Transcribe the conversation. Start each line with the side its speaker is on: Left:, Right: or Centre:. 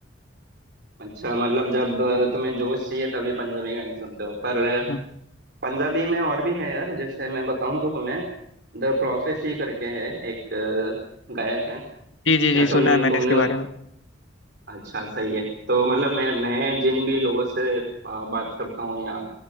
Right: अच्छा मतलब जब अ, तुम्हें जोश चाहिए तभी पंजाबी गाने सुनते हो पर अ,
Left: हाँ।
Right: पंजाबी में और भी है यार जैसे मैं बताऊं तो तुम्हें द प्रोफेसी करके है एक अ, गायक है
Left: जी जी
Right: शायद
Left: जी
Right: तुम
Left: सुना है मैंने
Right: तुमने
Left: इसके बारे में
Right: अच्छा सही है तो मतलब मैं मैं जिन भी लोगों से अ, बात करता हूँ या